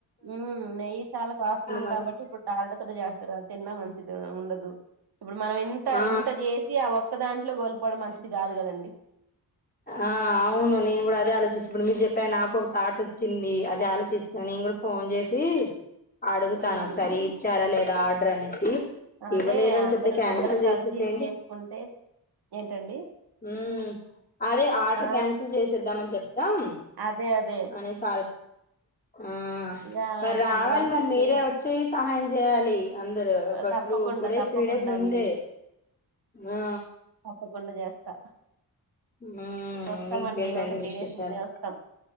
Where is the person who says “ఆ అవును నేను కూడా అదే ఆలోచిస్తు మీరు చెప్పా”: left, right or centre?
Left